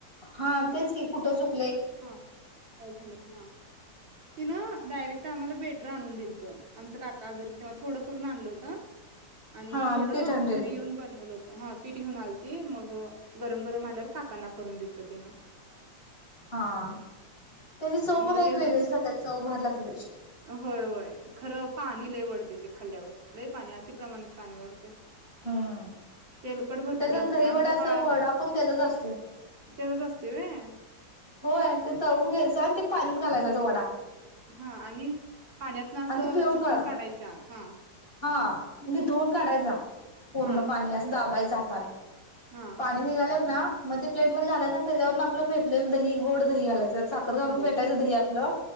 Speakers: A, on the left (about 30°); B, on the right (about 80°).
A: हा तेच की कुठं चुक
B: हा काय झालंय हा तिन डायरेक्ट आम्हाला भेट कुत्र आणून दिलत आमच काका अजारी होत तेव्हा थोडं करून आणल होत आणि
A: हा
B: थोडं
A: आणि पीठ आणलेले
B: घरी येऊन बनवलं होत हा पीट घेऊन आलती मग गरम गरम आल्यावर काकांना करून दिलत तिनं
A: हां त्याची चव पण
B: मग
A: एक
B: ते
A: वगळीच लागत्या चौ भारी लागत्या त्याची
B: होय होय खरं पाणी लय वढतय ते खाल्ल्यावर लय पाणी अति प्रमाणात पाणी वढतय
A: हम्म.
B: तेलकट भरपूर
A: त्याचाच
B: असते
A: दहीवडाचा
B: आमच्या बाळाला
A: वडा पण त्याचाच असतोय.
B: ते तसं असतय वय
A: होय ते तळून घ्यायचं आणि ते पाण्यात घालायचा तो वडा
B: हा आणि पाण्यातन असं
A: आणि ते पिळून
B: चिपून
A: काढा
B: काढायचा हा
A: हा भथळून काढायच पूर्ण
B: हा
A: पाणी असं दा तबाईचा हातान
B: हा
A: पाणी निघाल ना मग ते प्लेट ममध्ये घालायच आणि त्याच्यावरून आपलंेटले दही गोड दही घायचं त साखर घालून
B: घालायचं
A: फेटायचं दही आपलं